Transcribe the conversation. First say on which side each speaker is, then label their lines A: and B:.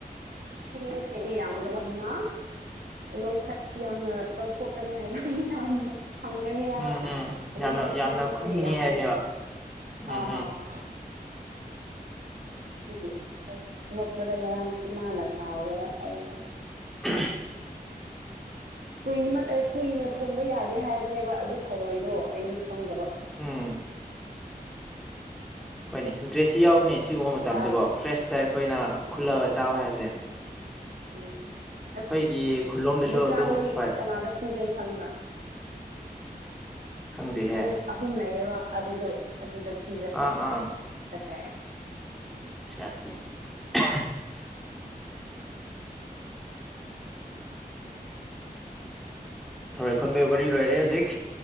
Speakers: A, on the right; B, in the centre.
A: ꯁꯤꯡ <unintelligible> ꯌꯥꯝꯕ ꯌꯥꯝꯅ ꯂꯧꯈꯠ ꯌꯥꯝꯅ ꯂꯧꯊꯣꯛꯀꯅꯤ ꯍꯥꯏꯕ꯭ꯔꯥ ꯌꯥꯝꯅ ꯐꯪꯒꯅꯤ ꯍꯥꯏꯕ
B: ꯎꯝ ꯎꯝ
A: ꯑꯗꯣ
B: ꯌꯥꯝꯅ
A: ꯏꯁꯤꯡ ꯈꯔ
B: ꯌꯥꯝꯅ
A: ꯃꯣꯠꯄꯒꯤ
B: ꯈꯨꯟꯒꯅꯤ
A: ꯌꯥꯝ
B: ꯍꯥꯏꯕꯅꯦꯕ
A: ꯎꯗꯕ
B: ꯎꯝ
A: ꯑ ꯍꯥ ꯍꯥ ꯑꯗꯨꯒꯤ ꯑꯁ ꯅꯣꯛꯄꯗ ꯉꯔꯥꯡ ꯏꯃꯥꯅ ꯁꯥꯎꯕꯗ ꯑꯩꯅ
B: <unintelligible>
A: ꯀꯨꯏꯃꯜ ꯑ ꯀꯨꯏꯅ ꯊꯣꯡꯕ ꯌꯥꯗꯦ ꯍꯥꯏꯕꯅꯦꯕ ꯑꯗꯨ ꯊꯔꯣꯏ ꯗꯣ ꯑꯩꯗꯤ ꯈꯪꯗꯕ꯫
B: ꯎꯝ ꯎꯝ ꯍꯣꯏꯅꯦ
A: ꯑꯗꯨꯒ
B: ꯏꯟꯇ꯭ꯔꯦꯁꯁꯤ ꯌꯥꯎꯕꯅꯦ ꯁꯤꯒꯨꯝꯕ ꯃꯇꯝꯖꯦꯀꯣ
A: ꯆꯥꯕ ꯌꯥꯗꯦ
B: ꯐ꯭ꯔꯦꯁꯇ ꯑꯩꯈꯣꯏꯅ
A: ꯎꯝ
B: ꯈꯨꯜꯂꯒ ꯆꯥꯕ ꯍꯥꯏꯕꯖꯦ꯫
A: ꯎꯝ ꯑ
B: ꯑꯩꯈꯣꯏꯒꯤ ꯈꯨꯜꯂꯣꯝꯗꯁꯨ
A: ꯑꯗꯨ ꯆꯥꯕꯒꯤ
B: ꯑꯗꯨꯝ ꯍꯣꯏ
A: ꯀꯅꯥꯗ ꯄꯤꯖꯩ ꯈꯪꯕ꯭ꯔꯥ꯫
B: ꯈꯪꯗꯦꯍꯦ
A: ꯆꯥꯅꯨ ꯑꯍꯨꯝ ꯂꯩꯌꯦꯕ ꯑꯗꯨꯗ ꯑꯗꯨꯗ ꯄꯤꯖ
B: ꯑꯥ ꯑꯥ
A: <unintelligible>
B: <unintelligible> ꯊꯔꯣꯏ ꯈꯨꯟꯕꯩ ꯋꯥꯔꯤ ꯂꯣꯏꯔꯦ ꯍꯧꯖꯤꯛ